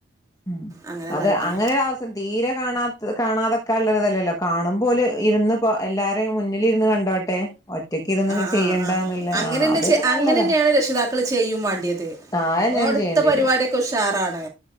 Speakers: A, on the left (about 20°); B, on the right (about 20°).
A: ഉം
B: അങ്ങനെതായിട്ടാ
A: അതെ അങ്ങനെരവസം തീരെ കാണാ ത് കാണാതെക്കാൻള്ളത്‌തല്ലല്ലോ കാണുമ്പോല് എന്നുപ്പോ എല്ലാരെയും മുന്നിലിരുന്ന് കണ്ടോട്ടെ ഒറ്റക്ക് ഇരുന്ന്
B: ആ
A: ചെയ്യണ്ടന്നുള്ള
B: ആ ആ അങ്ങനെന്നെ
A: ആ അതൊരു
B: ചെ
A: നല്ലതാ
B: അങ്ങനെന്നെയാണ് രഷിതാക്കള് ചെയ്യും വാണ്ടിയത്
A: ആ അതന്നെയാണ്
B: ഓട്ത്ത
A: ചെയ്യേണ്ടത്
B: പരിപാടിയൊക്കെ ഉഷാറാണ്